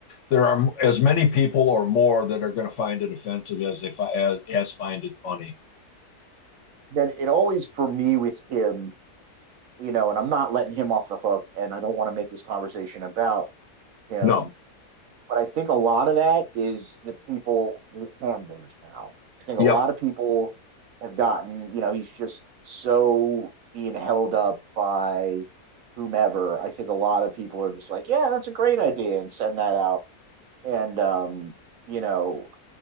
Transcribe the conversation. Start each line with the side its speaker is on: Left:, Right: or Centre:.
Left: there are as many people or more that are going to find it offensive as they fi- as, as find it funny.
Right: Then it always for me with him, you know, and I'm not letting him off the hook, and I don't want to make this conversation about him
Left: No,
Right: But I think a lot of that is the people, with handlers now. I think
Left: yep,
Right: a lot of people have gotten, you know, he's just so being held up by whomever. I think a lot of people are just like, yeah, that's a great idea and send that out. And, um, you know,